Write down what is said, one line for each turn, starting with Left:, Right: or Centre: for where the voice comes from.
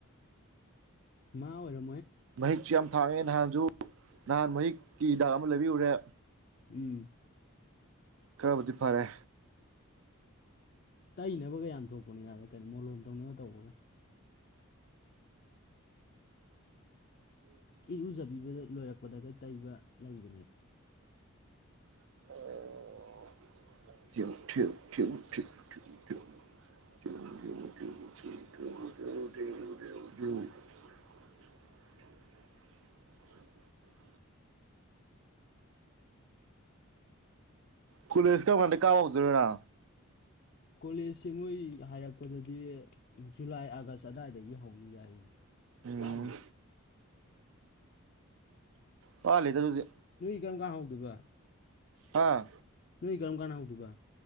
Left: ꯃꯥ ꯑꯣꯏꯔ
Right: ꯃꯍꯤꯛꯁꯨ ꯌꯥꯝꯊꯥꯡꯉꯦ ꯅꯍꯥꯟꯁꯨꯨ ꯅꯍꯥꯟ ꯃꯍꯤꯛꯀꯤ ꯍꯤꯗꯥꯛ ꯑꯃ ꯂꯩꯕꯤꯌꯨꯔꯦ
Left: ꯎꯝ
Right: ꯈꯔꯕꯨꯗꯤ ꯐꯔꯦ
Left: ꯇꯩꯅꯕꯒ ꯌꯥꯝ ꯊꯣꯛꯄꯅꯤꯅꯕ ꯀꯩꯅꯣ ꯃꯣꯂꯣꯝ ꯇꯧꯅꯒ ꯇꯧꯕꯒ ꯏꯔꯨꯖꯕꯤꯕꯗ ꯂꯣꯏꯔꯛꯄꯗꯒ ꯇꯩꯕ ꯂꯩꯕꯅꯦꯕ
Right: <unintelligible> <unintelligible> ꯀꯨꯂꯦꯁ ꯀꯝꯀꯥꯟꯗꯩꯩ ꯀꯥ ꯍꯧꯗꯣꯏꯅꯣꯅ
Left: ꯀꯣꯂꯦꯖꯁꯦ ꯃꯣꯏ ꯍꯥꯏꯔꯛꯄꯗꯗꯤ ꯖꯨꯂꯥꯏ ꯑꯥꯒꯁ ꯑꯗꯥꯏꯗꯒꯤ ꯍꯧꯅꯤꯒꯥꯏꯌꯦ
Right: ꯎꯝ
Left: ꯋꯥꯂꯤ
Right: ꯄꯥ ꯂꯩꯗ ꯑꯗꯨꯗꯤ
Left: ꯀꯔꯤꯝꯀꯥꯟ ꯍꯧꯗꯣꯏꯕ
Right: ꯍꯥꯥ
Left: ꯅꯨꯏꯀꯔꯝ ꯀꯥꯟꯅ ꯍꯧꯗꯨꯕ